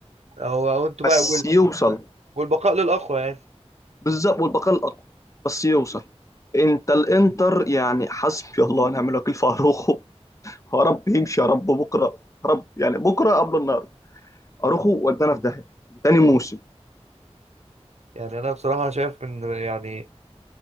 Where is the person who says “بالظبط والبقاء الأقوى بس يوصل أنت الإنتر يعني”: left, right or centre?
Left